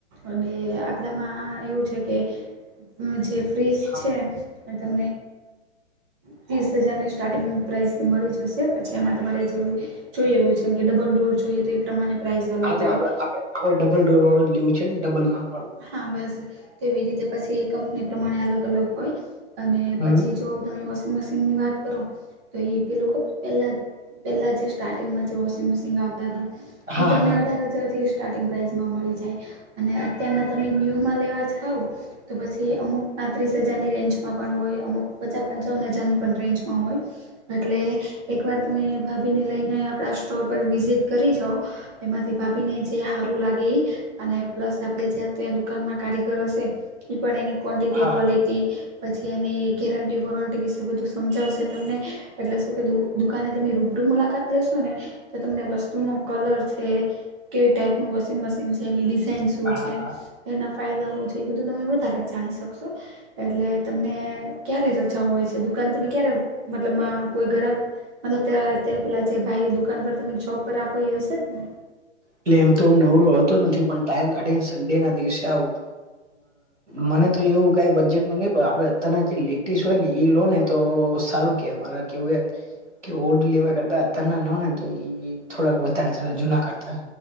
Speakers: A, on the right; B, on the right.
A: અને આપડામાં એવું છે કે જે ફ્રીઝ
B: હા
A: છે એ <unintelligible> વીસ હજારની સ્ટાર્ટિંગ પ્રાઇસથી મળી જશે પછી એમાં તમારે જેવું જોઈ એવું છેમ કે ડબલ ડોર જોઈએ તો એ પ્રમાણે પ્રાઇસ અલગ
B: આજ
A: હોય
B: આપ આપે આપડે ડબલ ડોર વાળું લેવું છે ને ડબલ મા
A: હા બસ તેવી રીતે પછી કંપની પ્રમાણે અલગ અલગ હોય અને
B: હમ્મ
A: પછી જો તમે વોશિંગ મશીન ની વાત કરો તો એ પેલું ખબર પેલા પેલા જે સ્ટાર્ટિંગમાં જે વોશિંગ મશીન આવતા હતા
B: હા
A: એ તમને
B: હા
A: અઢાર હજાર સ્ટાટિન્ગ થી પ્રઇઝ મળી જાય અને અત્યારના તમે ન્યૂમાં લેવા જાવ તો પછી અમુક પાંત્રીસ હજારની રેન્જમાં પણ હોય અમુક પચાસ પંચાવન હજારની પણ રેન્જમાં હોય એટલે એકવાર તમે ભાભીને લઈને આપણા સ્ટોર પર વિઝિટ કરી જાાવ એમાંથી ભાભીને જે સારું લાગે એ અને પ્લસ આપડે જ્યાં ત્યાં દુકાનમાં કારીગર હશે એ પણ એની ક્વન્ટિટી
B: હા
A: ક્વોલિટી પછી એની ગેરંટી વોરંટી વિશે બધું સમજાવશે તમને શું દુકાને તમે રૂબરૂ મુલાકાત લેશો ને તો તમને વસ્તુ નો કલર છે કેવી ટાઈપનું વોશિંગ મશીન છે એની ડિઝાઇન
B: હા
A: શું છે
B: હા
A: એના ફાયદા શું છે એ બધું તમે વધારે જાણી શકશો એટલે તમને ક્યારે ર ઓછા હોય છે દુકાન તમે ક્યારે મતલબ કોઈ ઘરા મતલબ ત અત્યારે પેલા જે ભાઈ દુકાન પર તમે જોપ પર રાખો હશે ને.
B: એટલે એમ તો હું નવરો હોતો નથી પણ ટાઈમ કાઢીને સડે ના દિવસે આવું. મને તો એવું કઈ બજેટ ન નઈ આપડે અત્યાર જે લેટેસ્ટ હોય ને એ લોન તો સારું કે મારા કેવું એ. કે ઓલડ લેવા કરતા અત્યાર ના લો ને તો થોડાક વધારે ચલે જૂના કરતા